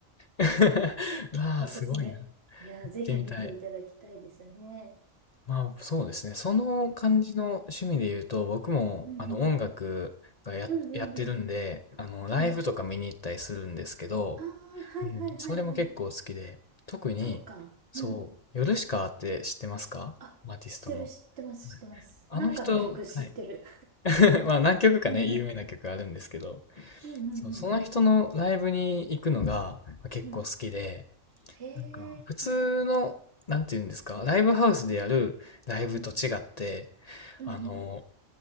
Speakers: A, on the left (about 45°); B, on the right (about 50°).
A: <laughs> わあ、
B: おすすめ。
A: すごいな。行
B: いやー、ぜひ見ていただきたいですね。
A: ってみたい。まあそうですね。その感じの趣味で言うと、
B: うん。
A: 僕もあの音楽がや、
B: うんうん。うんうんうん。
A: やってるんで、あのライブとか見に行ったりするんですけど、
B: うん。ああ、はいはいはいはい。
A: うん、それも結構好きで、特に、
B: そうか。
A: そう、
B: うん。
A: ヨルシカって知ってますかアーティストの。
B: あ、知ってる知ってます知ってます。
A: はいあの人、
B: なんかの曲知ってる。
A: はい。<laughs> まあ何曲かね、
B: <laughs> うんうん。
A: 有名な曲あるんですけど、
B: うんうんうん。
A: そう、その人のライブに行くのがまあ結構好きで、
B: うん。へえ。
A: なんか普通の、なんていうんですか、ライブハウスでやるライブと違って、
B: うん。うんうん。
A: あの、